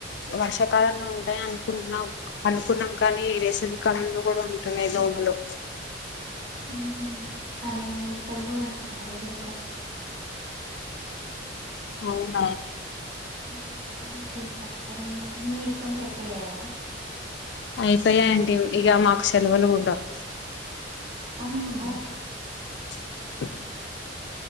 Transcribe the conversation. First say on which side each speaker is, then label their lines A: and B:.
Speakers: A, on the left; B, on the right.
A: వర్షాకాలంలో ఉంటాయి అనుకుంటున్నాం అనుకున్నాం కానీ వేసవి కాలంలో కూడా ఉంటున్నాయి దోమలు
B: ఉమ్ హు అదే అవి ఇక్కడ కూడా అండి మన దగ్గర కూడా
A: అవునా
B: ఉమ్ ఈరోజుంటాయ్ మరి నీ ఎగ్జామ్స్ అయిపోయాయా
A: అయిపోయాయి అండి ఇక మాకు సెలవులు ఉండవ్
B: అవును
A: <inaudible>